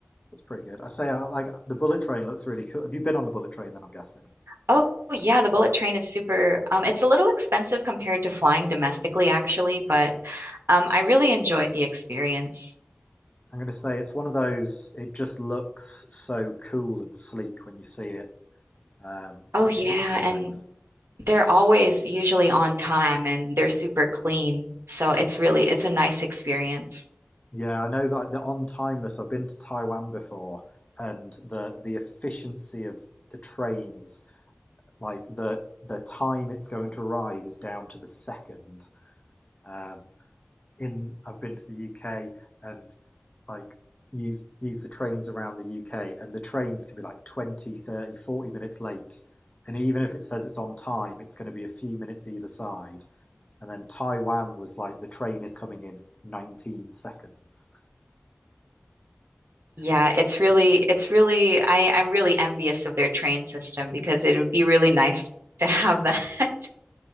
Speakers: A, on the left; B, on the right.
A: that's pretty good. I say uh, like the bullet train looks really cool. Have you been on the bullet train? Then I'm guessing.
B: Oh, yeah, the bullet train is super. Um, it's a little expensive compared to flying domestically, actually, but um, I really enjoyed the experience.
A: I'm going to say it's one of those. It just looks so cool and sleek when you see it, um,
B: Oh,
A: like
B: yeah,
A: pictures and
B: and
A: things.
B: they're always usually on time and they're super clean. So it's really, it's a nice experience.
A: Yeah, I know that the on timeless. I've been to Taiwan before, and the the efficiency of the trains, like the the time it's going to arrive, is down to the second. Um, in I've been to the UK, and like use use the trains around the UK and the trains can be like 20, 30, 40 minutes late and even if it says it's on time it's going to be a few minutes either side and then Taiwan was like the train is coming in 19 seconds
B: Yeah,
A: it was
B: it's really, it's really, I, I'm really envious of their train system because it would be really nice to have that. <laughs>